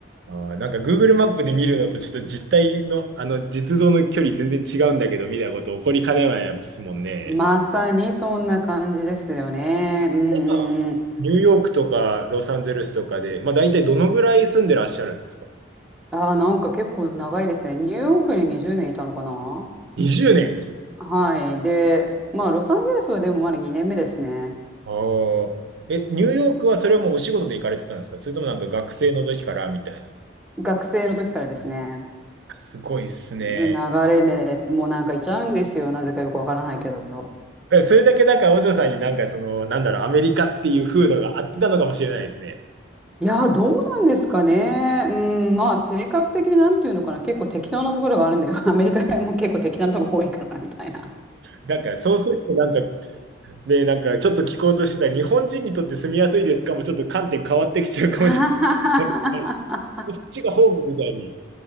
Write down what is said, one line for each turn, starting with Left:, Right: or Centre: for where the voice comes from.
Right: あーなんか Google マップで見るのとちょっと実態の、あの実像の距離全然違うんだけど、みたいなこと起こりかねないですもんね。
Centre: まさにそんな感じですよね。
Right: それ
Centre: うんう
Right: はニューヨークとかロサンゼルスとかで、
Centre: んうん。
Right: まあ大体どのぐらい住んでらっしゃるんですか
Centre: ああ、なんか結構長いですね。ニューヨークに20年いたのかな
Right: ?20 年。
Centre: はい。で、まあ、ロサンゼルスはでもまだ2年目ですね。
Right: ああ。え、ニューヨークはそれはもうお仕事で行かれてたんですかそれともなんか学生の時からみたいな。
Centre: 学生の時からですね。
Right: すごいっすね。
Centre: で流れで、もうなんかいちゃうんですよ。なぜかよくわからないけど。
Right: それだけだから、お嬢さんになんかその、なんだろう、アメリカっていう風土が合ってたのかもしれないですね。
Centre: いや、どうなんですかね。うん、まあ、性格的になんていうのかな。結構適当なところがあるんだよ。<laughs> アメリカも結構適当なところ多いから、みたいな。<laughs>
Right: なんか、そうすると、なんか、ね、なんか、ちょっと聞こうとしてた、日本人にとって住みやすいですかも、ちょっと観点変わってきちゃうかもし
Centre: あはははは
Right: れない。<laughs> そっちがホームみたいに。